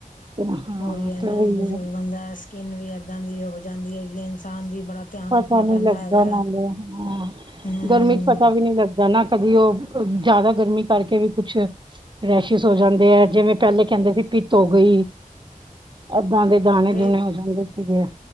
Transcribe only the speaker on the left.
ਉਹੀ ਏ ਨਾ
ਬਜ਼ੁਰਗ
ਬੰਦਾ ਸਕਿੰਨ ਵੀ ਏਦਾਂ ਦੀ ਹੋ ਜਾਂਦੀ ਹੈਗੀ, ਇਨਸਾਨ ਦੀ ਬੜਾ ਧਿਆਨ
ਰੱਖਣਾ
ਪੈਂਦਾ
ਹੈਗਾ
ਹਮ
ਤੇ